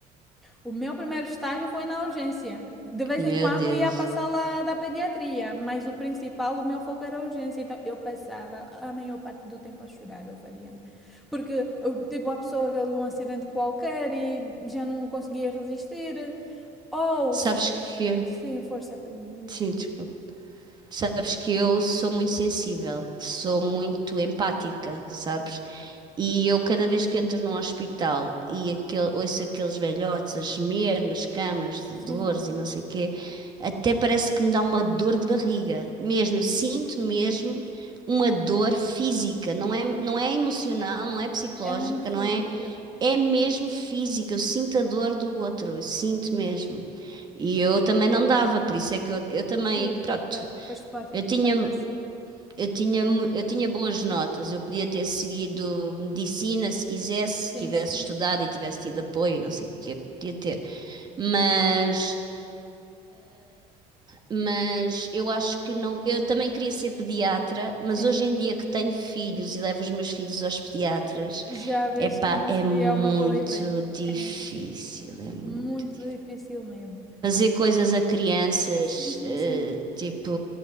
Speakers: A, in the centre; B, on the right.
A: O meu primeiro estágio foi na urgência. De vez
B: Meu
A: em quando
B: Deus.
A: ia passar lá da pediatria, mas o principal, o meu foco era a urgência. Então eu passava a maior parte do tempo a chorar, eu, Fabiana. Porque, eu, tipo, a pessoa veio de um acidente qualquer e já não conseguia resistir. Ou,
B: Sabes
A: se-
B: que...
A: sim, força, Fabiana, diz-me.
B: Sim, desculpa. Sabes que eu sou muito sensível, sou muito empática, sabes? E eu, cada vez que entro num hospital e aquele, ouço aqueles velhotes a gemer nas camas de
A: Sim,
B: dores e não sei o quê, até parece que me dá uma dor de barriga. Mesmo, eu sinto mesmo uma dor física, não é, não é emocional, não é psicológica,
A: é mesmo física,
B: não é. É mesmo física, eu sinto a dor do outro, eu sinto mesmo. E eu também não dava, por isso é que eu, eu também,
A: que
B: pronto.
A: foi para, foste para a fi-
B: Eu tinha,
A: farmácia.
B: eu tinha, mu- eu tinha boas notas, eu podia ter seguido medicina se quisesse,
A: Sim,
B: tivesse
A: sim,
B: estudado e tivesse tido apoio, não sei o que, podia ter. Mas, mas eu acho que não. Eu também queria ser pediatra, mas
A: sim.
B: hoje em dia que tenho filhos e levo os meus filhos aos pediatras,
A: Já vejo
B: epá,
A: que não
B: é
A: seria
B: muito
A: uma boa ideia.
B: difícil,
A: É
B: é muito
A: muito
B: difícil.
A: difícil mesmo.
B: Fazer coisas a crianças,
A: Sim, sim,
B: eh,
A: sim.
B: tipo.